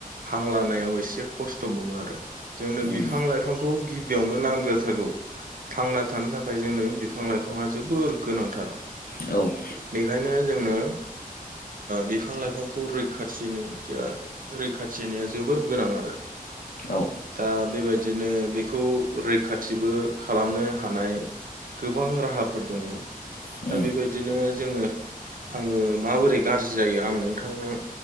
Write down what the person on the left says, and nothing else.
उम
औ
औ।
उम